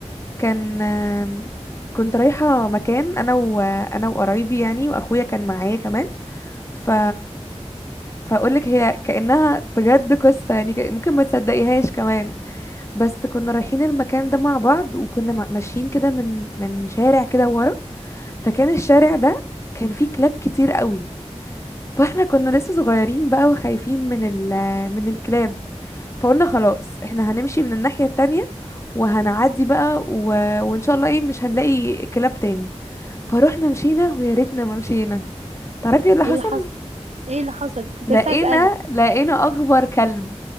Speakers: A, on the left; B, on the right.
A: كان آم، كنت رايحه مكان انا وانا وقرايبي يعني واخويا كان معايا كمان ف فاقولك هي كانها بجد قصه يعني ك- ممكن ما تصدقيهاش كمان بس كنا رايحين المكان ده مع بعض وكنا ما- ماشيين كده من من شارع كده ورا فكان الشارع ده كان فيه كلاب كتير قوي فاحنا كنا لسه صغيرين بقى وخايفين من ال من الكلاب فقلنا خلاص احنا هنمشي من الناحيه التانية وهنعدي بقى و... وان شاء الله ايه مش هنلاقي كلاب تاني فروحنا مشينا ويا ريتنا ما مشينا تعرفي ايه اللي حصل
B: ايه اللي حصل ايه اللي حصل كنت
A: لقينا
B: لسه اسألك
A: لقينا اكبر كلب